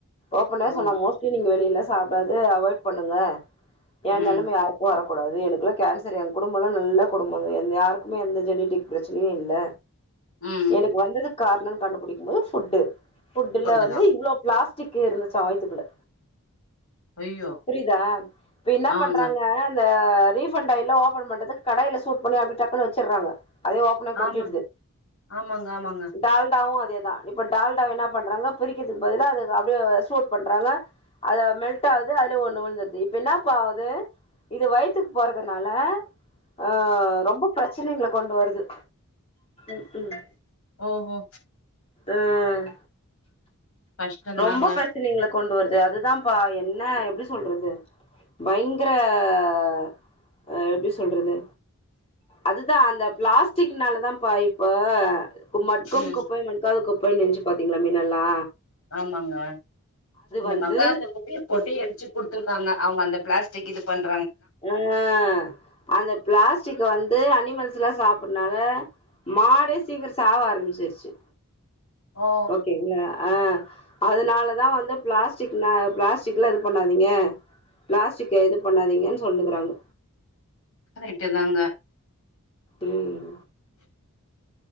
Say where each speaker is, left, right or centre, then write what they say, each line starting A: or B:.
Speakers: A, on the left; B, on the left.
A: ஓப்பனாவே
B: ஓ
A: சொன்னா மோஸ்ட்லி நீங்க வெளில சாப்டாது அவாய்ட் பண்ணுங்க ஏ
B: ம்
A: நெலம யாருக்கூ வரக் கூடாது எனக்குல்லா கேன்சர் எங் குடும்பல்லா நல்ல குடும்பங்க யாருக்குமே எந்த ஜெனிடிக் பிரச்சினியு இல்ல
B: ம்
A: எனக் வந்ததுக் கார்ணோன் கண்டுபுடி போது ஃபுட்டு ஃபுட்டுல
B: ஃபுட்டுதா
A: வந்து இவ்ளோ பிளாஸ்டிக் கே இருந்துச்சா வய்த்துக்குள்ள
B: ஐயோ
A: புரியுதா இப்ப என்னா
B: ஆங்க
A: பண்றாங்க அ ரீஃபண்டாயில்லா ஓப்பன் பண்டதுக் கடாயில சூட் பண்ணி அப்டி டக்குனு வெச்சர்றாங்க அதே ஓப்பனாய் கொட்டிடுது
B: ஆமா ஆமாங்க ஆமாங்க
A: டால்டாவு அ தேதா இப்ப டால்டாவே என்னா பண்றாங்கோ பிரிக்கிர்துக்கு பதிலா அதது அப்டியோவு சூட் பண்றாங்கே அது மெல்ட்டாவுது அதுலொயூ ஒன்னு உழ்ந்துர்து இப்ப என்னாபா ஆவுது இது வயித்துக் போறதர்னாலே ஆ ரொம்ப ஃப்ரெஷ் சினைங்கள கொண்டு வரு து ம் ம்
B: ஓஹோ
A: ம்
B: கஷ்டந்தாங்க
A: ரொம்போ பிரச்னிங்ளா கொண்டு வர்தே அதுதாபா என்னே எப்டி சொல்றது பயிங்கிரே ஆ எப்டி சொல்றது அதுதா அந்த பிளாஸ்டிக்னாலேதாபா இப்போ கு மட்க்கும்
B: ம்
A: குப்பைங்கள் அதுக் போயி நெஞ்சு பாத்தீங்ளாமே நல்லா
B: ஆமாங்கே இந்த
A: வந்து
B: மக்காதேத் குப்பையே போட்டு எரிச்சு குடுத்திருக்காங்கே அவுங்கே அந்த பிளாஸ் டிக் இது பண்
A: உனொன்னூ அந்த பிளாஸ் சிக்கே வந்து அணிமல்ஸ்லா சாப்புட்னாலே மாடு சீக்கிரோ சாவ ஆரமிச்சிர்ச்சு
B: ஓ
A: ஓகேங்க அ அதனாலதா வந்து பிளாஸ்டிக்னா பிளாஸ் சிக்ளர் பண்ணாதீங்க பிளாஸ்டிக் இது பண்ணாதீங்கன்னு சொல்னுருக்காங்க
B: கரெக்ட்டு தாங்க
A: ம்